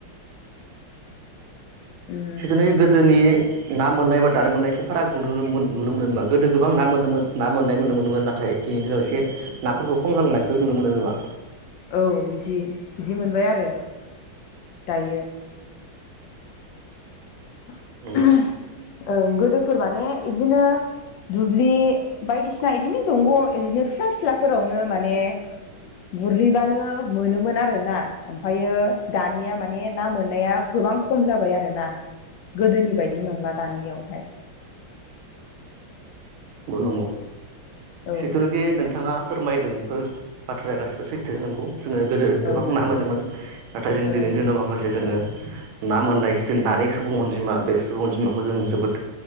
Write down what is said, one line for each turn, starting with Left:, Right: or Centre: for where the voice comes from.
Left: उम
Right: <unintelligible> गोदोनि ना मोननायबा दानो मोननाय एसे फाराग नुनो मोन नुनो मोना गोदो गोबां ना मोनोमोन ना मोननाय नुनो मोनोमोन नाथाय। दिनैनि दिनाव एसे नाफोरखौ खम जालांनायखौ नुनो मोनो नमा?
Left: औ बिदि बिदि मोनबाय आरो दायो। ओ
Right: नंगौ
Left: गोदोफोर माने इदिनो। दुब्लि बायदिसिना बिदिनो दंग इदिनो फिसा फिला फोरावनो माने। गुरहैबानो मोनोमोन आरोना ओमफायो दानिया माने ना मोननाया गोब- बां खम जाबाय आरोना- गोदोनि बायदि नंला दानियावहाय।
Right: न नंगौ
Left: औ
Right: जिथुनाखि नोंथाङा फोरमायदोंबो- बाथ्राया गासैबो सैथो नोंगौ जोङो गोदो
Left: औ
Right: गोबां ना मोनोमोन नाथाय जों
Left: ओं
Right: दिनैनि दिनाव माखासे जोङो।
Left: <inaudible>
Right: ना मोननाय जिथु नानि सुबुं अनजिमा बे सुबुं अनजिमाखौ जों जोबोद